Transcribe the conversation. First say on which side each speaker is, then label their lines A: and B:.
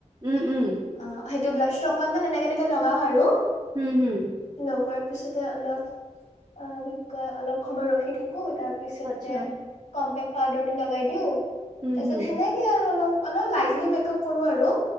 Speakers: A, on the right (about 30°); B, on the left (about 65°).
A: উম উম।
B: অ', সেইটো ব্লাছটো অকনমান এনেকে এনেকে লগাওঁ আৰু।
A: হম হম।
B: লগোৱাৰ পিছতে অলপ, অ', কি কয় অলপ সময় ৰখি থাকি উ, তাৰ পিছতে
A: আচ্ছা
B: কম্পেক পাউডাৰ টো লগাই দিওঁ।
A: উম
B: তাৰ পিছত
A: হুম
B: হেনেকে আৰু অলপ অলপ লাইটলি মেক-আপ কৰো আৰু।